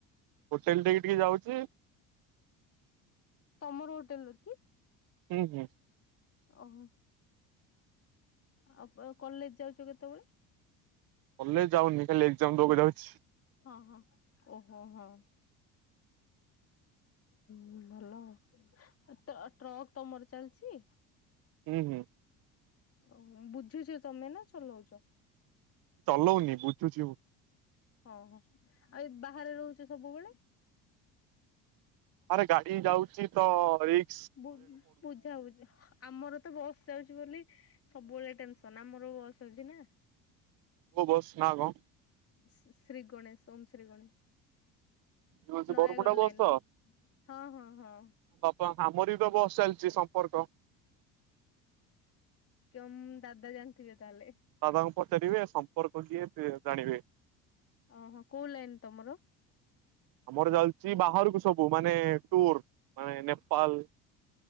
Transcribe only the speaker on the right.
ହୋଟେଲ ଟିକେ ଟିକେ ଯାଉଛି
ହୁଁ ହୁଁ
କଲେଜ ଯାଉନି ଖାଲି ଏକ୍ଜାମ ଦେବାକୁ ଯାଉଛି
ହୁଁ ହୁଁ
ଚଲଉନି ବୁଝୁଛି ମୁ
ଆରେ ଗାଡି ଯାଉଛି ତ ରିକ୍
କୋଉ ବସ ନା କଣ?
ହଁ ସେଇ
ବରମୁଣ୍ଡା ବସ
ତ
ବାପା ଆମର ବି ତ ବସ ଚାଲିଛି ସମ୍ପର୍କ
ଦାଦାଙ୍କୁ ପଚାରିବେ ସମ୍ପର୍କ କିଏ ସେ ଜାଣିବେ
ଆମର ଚାଲିଛି ବାହାରକୁ ସବୁ ମାନେ ଟୁର ମାନେ ନେପାଳ